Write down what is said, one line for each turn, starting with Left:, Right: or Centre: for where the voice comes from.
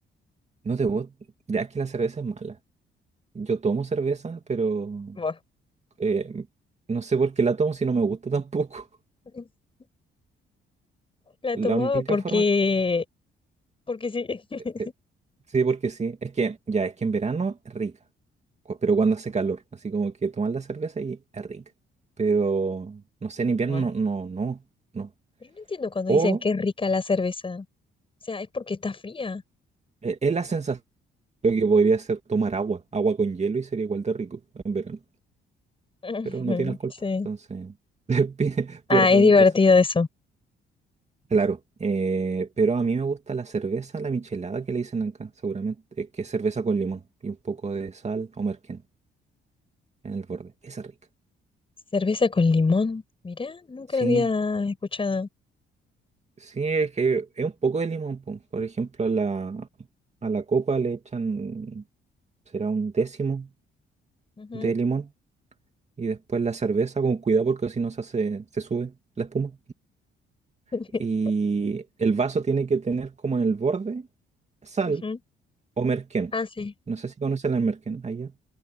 Right: No te gusta. Ya es que la cerveza es mala. Yo tomo cerveza, pero
Left: Bueno,
Right: eh, no sé por qué la tomo si no me gusta tampoco. <laughs>
Left: <laughs> la
Right: La
Left: tomaba
Right: única
Left: porque
Right: forma.
Left: porque sí. <laughs>
Right: eh, sí, porque sí. Es que ya, es que en verano es rica. cu- Pero cuando hace calor. Así como que tomas la cerveza y es rica. Pero no sé, en invierno
Left: Bueno.
Right: no, no, no. no.
Left: Pero no entiendo cuando
Right: O
Left: dicen que es rica la cerveza. O sea, es porque está fría.
Right: eh, es la sensación de que podría ser tomar agua. Agua con hielo y sería igual de rico en verano.
Left: Ujú,
Right: Pero no tiene alcohol,
Left: Sí.
Right: pues, entonces <laughs> pi- pierde
Left: Ah, es divertido
Right: esa.
Left: eso.
Right: Claro, eh, pero a mí me gusta la cerveza, la michelada que le dicen acá, seguramente, eh, que es cerveza con limón y un poco de sal o merquén en el borde. Esa es rica.
Left: Cerveza con limón. Mirá, nunca
Right: Sí,
Left: lo había escuchado.
Right: sí, es que es un poco de limón, po. Por ejemplo, a la, a la copa le echan, será un décimo
Left: Ujú,
Right: de limón y después la cerveza con cuidado porque si no se hace, se sube la espuma.
Left: <laughs>
Right: Y el vaso tiene que tener como en el borde sal
Left: ujú.
Right: o merquén.
Left: Ah, sí.
Right: No sé si conocen el merquén allá.